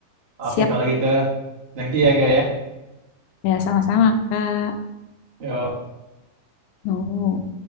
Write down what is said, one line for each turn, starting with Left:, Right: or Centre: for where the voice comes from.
Right: oke
Left: siap.
Right: kalau gitu. Thank you ya, Ga ya.
Left: Ya, sama-sama, Kak.
Right: Yo.
Left: Nuhun.